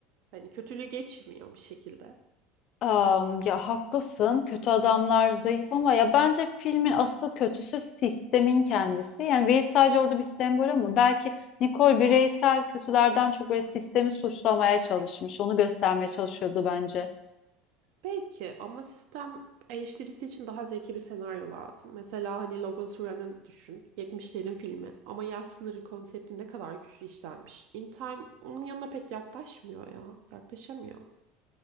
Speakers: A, on the right (about 70°); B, on the left (about 55°).
A: Hani kötülüğü geçmiyor bir şekilde.
B: Am, ya haklısın. Kötü adamlar zayıf ama ya bence filmin asıl kötüsü sistemin kendisi. Yani Veys sadece orada bir sembol ama belki Nicole bireysel kötülerden çok böyle sistemi suçlamaya çalışmış. Onu göstermeye çalışıyordu bence.
A: Belki ama sistem eleştirisi için daha zeki bir senaryo lazım. Mesela hani Logan Run'ı düşün. yetmişlerin filmi ama yaş sınırı konsepti ne kadar güçlü işlenmiş. In Time onun yanına pek yaklaşmıyor ya. Yaklaşamıyor.